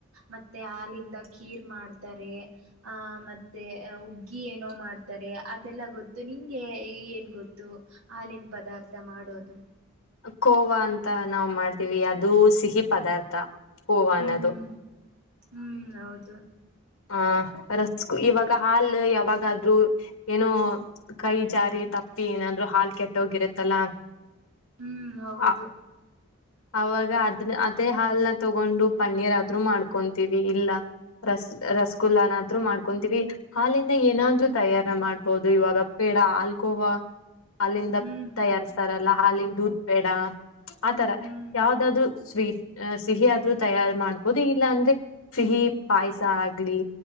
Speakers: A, on the right; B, on the left.
A: ಮತ್ತೇ ಹಾಲಿಂದ ಖೀರ್ ಮಾಡ್ತಾರೆ ಆಹ ಮತ್ತೆ ಉಗ್ಗಿ ಏನೋ ಮಾಡ್ತಾರೆ ಅದೆಲ್ಲ ಗೊತ್ತು ನಿಂಗೆ ಏನ್ ಗೊತ್ತು ಹಾಲಿನ ಪದಾರ್ಥ ಮಾಡೋದು
B: ಕೋವಾ ಅಂತ ನಾವ್ ಮಾಡ್ತೀವಿ ಅದು ಸಿಹಿ ಪದಾರ್ಥ ಕೋವನ್ನದು
A: ಹ್ಮ್ ಹ್ಮ್ ಹೌದು
B: ಹ ರಸ್ಗು ಇವಾಗ ಹಾಲ್ ಯಾವಾಗದ್ರೂ ಏನೋ ಕೈ ಜಾರಿ ತಪ್ಪಿ ಏನಾದ್ರು ಹಾಲ್ ಕೆಟ್ಟೋಗಿರತ್ತಲ್ಲ <unintelligible>
A: ಹ್ಮ್ ಹೌದು
B: ಆ ಅವಾಗ ಅದನ್ನ ಅದೇ ಹಾಲ್ನ ತಗೊಂಡು ಪನ್ನೀರ್ ಆದ್ರು ಮಾಡ್ಕೊಂತೀವಿ ಇಲ್ಲ ರಸ್ ರಸಗುಲ್ಲನಾದ್ರು ಮಾಡ್ಕೊಂತೀವಿ ಹಾಲಿಂದ ಏನಾದ್ರು ತಯಾರ ಮಾಡ್ಬೋದು ಇವಾಗ ಪೇಡ ಹಾಲ್ಕೋವಾ ಹಾಲ್ಲಿಂದ
A: ಹ್ಮ್
B: ತಯಾರಿಸ್ತಾರಲ್ಲ ಹಾಲಿಿನ ದೂದ್ ಪೇಡಾ ಆತರ
A: ಹ್ಮ್
B: <unintelligible> ಯಾವ್ದಾದ್ರು ಸ್ವೀಟ್ ಅ ಸಿಹಿಯಾದ್ರೂ ತಯಾರ್ ಮಾಡ್ಬೋದು ಇಲ್ಲ ಅಂದ್ರೆ ಸಿಹಿ ಪಾಯಸ ಆಗ್ಲಿ